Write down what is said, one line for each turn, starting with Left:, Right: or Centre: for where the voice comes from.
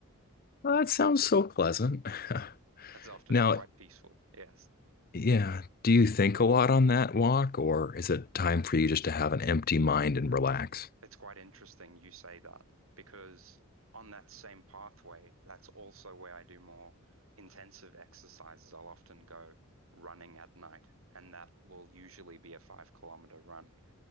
Left: Well, that sounds so pleasant. <laughs>
Right: It's often
Left: Now,
Right: quite peaceful, yes.
Left: yeah, do you think a lot on that walk, or is it time for you just to have an empty mind and relax?
Right: It's quite interesting you say that because on that same pathway, that's also where I do more intensive exercises. I'll often go running at night, and that will usually be a five kilometer run.